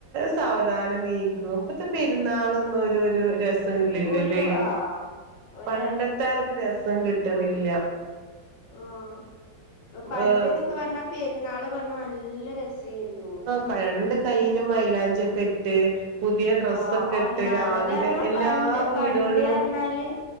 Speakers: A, on the right; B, on the left.
A: സാവധാനം നീ ക്കും പ്പത്തെ പെരുന്നാളൊന്നും ഒരുരു രസ രസം ഇല്ലല്ലോല്ലേ
B: ഒരു ആഹ് ഒരു
A: പണ്ടത്തെ ഒരു രസം കിട്ട്ണില്ല
B: ഉം പണ്ട്ന്ന്ക്കെ
A: ഏഹ്
B: പറഞ്ഞ പെരുന്നാള് പറഞ്ഞ നല്ല രസേയ്രുന്നു
A: പ രണ്ട് കൈയ്യിലും മൈലാഞ്ചിയൊക്കെ ഇട്ട് പുതിയ ഡ്രസ്സൊക്കെ
B: ആഹ് ഒന്നാമതർന്ന
A: ഇട്ട് രാവിലെ എല്ലാ
B: പണ്ട്
A: വീടുകളിലും
B: പണ്ട്ർന്നാല്